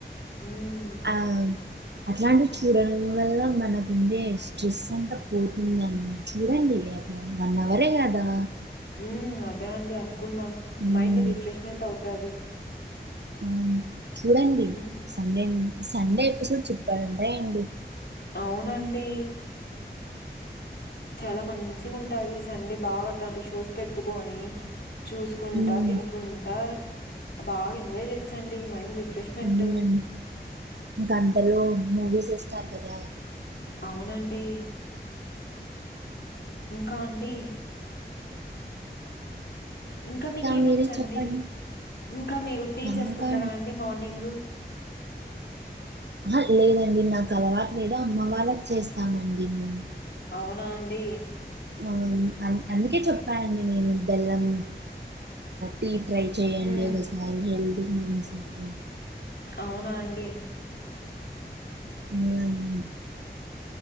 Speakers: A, on the left (about 75°); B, on the right (about 75°).
A: హ్మ్.
B: ఆ అట్లాంటివి చూడడం వల్ల మనకు ఉండే స్ట్రెస్ అంతా పోతుంది. అండి చూడండి. అట్లా వన్ అవరే కదా
A: హ్ అదే అండి అనుకున్నా
B: మ్మ్
A: మైండ్ రిఫ్రెష్మెంట్ అవుతాది
B: ఆ చూడండి
A: హ్మ్.
B: సండే సండే ఎపిసోడ్స్ సూపర్ ఉంటాయండి.
A: అవునండి చాలా మంచిగా ఉంటది. సండే బాగా అటాంటి షోస్ పెట్టుకొని చూసుకుంటా
B: మ్మ్
A: తినుకుంటా బాగా ఎంజాయ్ చేయోచ్చండి మైండ్ రిఫ్రెష్మెంట్
B: అవునండి ఇంకా అంతలో మూవీస్ ఏస్తారు కదా
A: అవునండి ఇంకా అండి ఇంకా మీకేమొచ్చు
B: మీరే
A: అండి
B: చెప్పండి
A: ఇంకా మీరు టీ చేసుకుంటారా
B: నాకా
A: అండి మార్నింగు
B: ఆ లేదండి నాకు అలవాట్ లేదు అమ్మ వాళ్ళకు చేస్తామండి మేము
A: అవునా అండి
B: ఆ అందుకే చెప్పానండి. నేను బెల్లం టీ ట్రై చేయండి.
A: హ్మ్.
B: ఒకసారి హెల్తీకి మంచిది అని
A: అవునా అండి
B: అవునండి